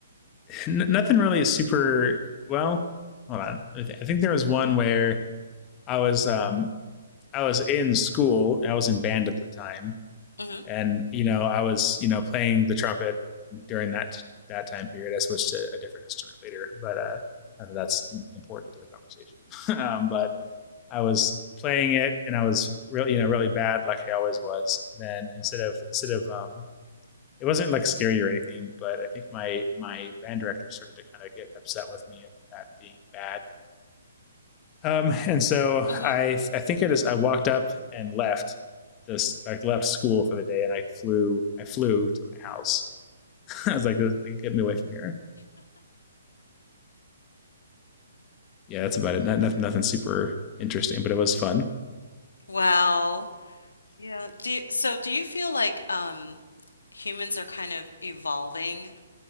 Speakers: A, on the left (about 25°); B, on the left (about 80°).
A: n- nothing really is super. Well, hold on. I think there was one where I was um I was in school. I was in band at the time
B: hmm
A: and you know i was you know playing the trumpet during that that time period i switched to a different instrument later but uh that's important to the conversation <laughs> um, but i was playing it and i was really you know really bad like i always was then instead of instead of um it wasn't like scary or anything but i think my my band director started to kind of get upset with me at not being bad um, and so I,
B: hmm
A: I think I just I walked up and left this like left school for the day, and I flew I flew to my house. <laughs> I was like, "Get me away from here." Yeah, that's about it. Not nothing, nothing super interesting, but it was fun.
B: Wow. Yeah. Do you, so do you feel like um humans are kind of evolving?